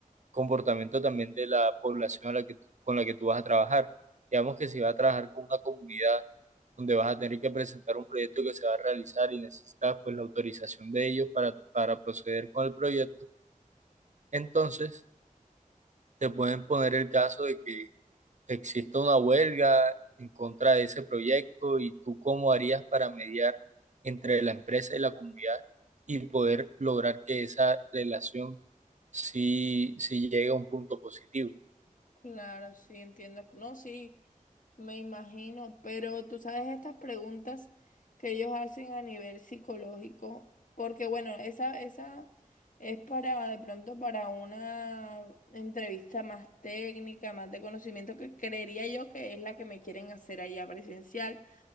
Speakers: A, on the right; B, on the left.
A: comportamiento también de la población a la que tú- con la que tú vas a trabajar. Digamos que si vas a trabajar con una comunidad donde vas a tener que presentar un proyecto que se va a realizar y necesitas pues la autorización de ellos para, para proceder con el proyecto, entonces te pueden poner el caso de que existe una huelga en contra de ese proyecto y tú cómo harías para mediar entre la empresa y la comunidad y poder lograr que esa relación sí, sí llegue a un punto positivo.
B: Claro, sí, entiendo. No, sí, me imagino, pero tú sabes estas preguntas que ellos hacen a nivel psicológico, porque bueno, esa, esa es para de pronto para una entrevista más técnica, más de conocimiento, que creería yo que es la que me quieren hacer allá presencial.